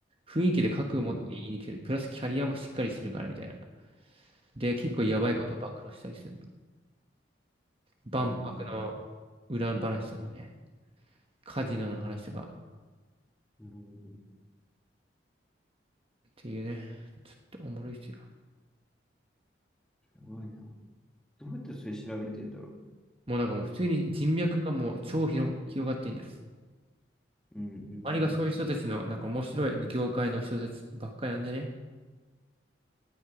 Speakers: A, on the right (about 30°); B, in the centre.
A: 雰囲気で覚悟を持って言いに来てる。
B: うん、
A: プラスキャリアもしっかりしてるから、みたいな。で、結構やばいこと暴露したりするの。
B: うん、うん、
A: 万博の裏話とかね。
B: うん、うん、
A: カジノの話とか
B: うん、
A: っていうね。ちょっとおもろいっすよ。
B: すごいな。どうやってそれ調べてんだろ
A: もうなんかもう普通に人脈がもう超広、
B: う。うん、
A: 広がってんじゃん。
B: うん、うん。
A: 周りがそういう人たちのなんか面白い業界の人たちばっかりなんじゃね